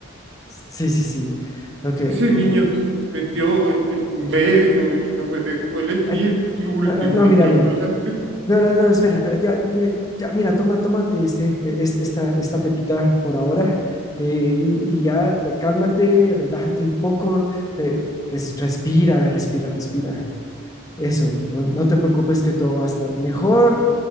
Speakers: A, on the left; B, on the right.
A: Sí, sí, sí. Ok,
B: Ese
A: ok.
B: niño
A: no, no.
B: se metió en el medio y no me dejó elegir
A: Ay,
B: el último
A: no, no, no,
B: de
A: mira,
B: chocolate,
A: mira. No, no, no, espera, espera, ya, mira, ya, mira, toma, tómate este, eh, es- esta, esta pepita por ahora eh, y, y ya te- cálmate, relájate un poco, eh, res- respira, a ver, respira, respira. Eso, no, no te preocupes que todo va a estar mejor.